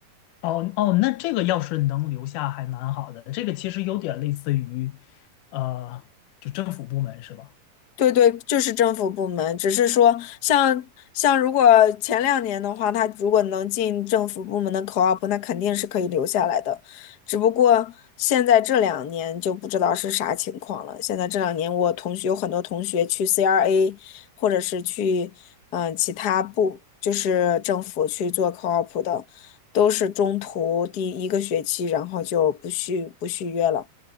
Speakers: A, on the left; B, on the left.
A: 哦哦，那这个要是能留下还蛮好的，这个其实有点类似于，呃，就政府部门是吧？
B: 对对，就是政府部门，只是说像像如果前两年的话，他如果能进政府部门的 co-op，那肯定是可以留下来的。只不过现在这两年就不知道是啥情况了。现在这两年，我同学有很多同学去 CRA，或者是去嗯其他部，就是政府去做 co-op 的，都是中途第一个学期，然后就不续不续约了。